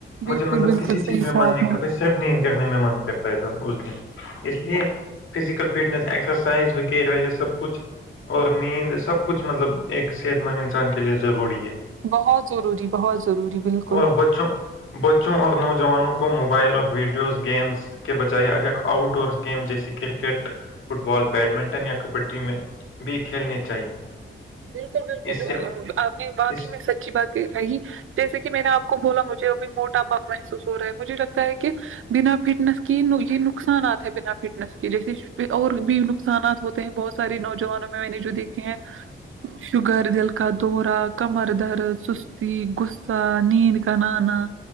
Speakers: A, on the left; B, on the right.
A: مجھے
B: بالکل
A: مطلب
B: بالکل
A: کسی
B: صحیح
A: چیز میں
B: کہا
A: ماننے
B: آپ نے
A: کا تو صرف نہیں کرنے میں من کرتا ہے تھا اس دن اس لیے فزیکل فٹنیس ایکسرسائز وغیرہ یہ سب کچھ اور نیند سب کچھ مطلب ایک صحت مند انسان کے لیے ضروری ہے
B: بہت ضروری بہت ضروری بالکل
A: اور بچوں بچوں اور نوجوانوں کو موبائل اور ویڈیو ز گیمس کے بجائے اگر آؤٹ ڈور گیم جیسے کرکٹ فٹ بال بیڈمنٹن یا کبڈی میں بھی کھیلنے چاہیے
B: بالکل بالکل
A: اس سے
B: آپ نے باقی
A: اس
B: میں سچ اچ بات کر رہی جیسے کہ میں نے آپ کو بولا مجھے ابھی موٹا پاپ محسوس ہو رہا ہے مجھے لگتا ہے کہ بنا فٹنس کی یہ نقصانات ہے بنا فٹنس کے جیسے اور بھی نقصانات ہوتے بہت سارے نوجوانوں میں میں نے جو دیکھے ہیں شوگر دل کا دوہرا کمر درد سستی غصہ نیند کانانا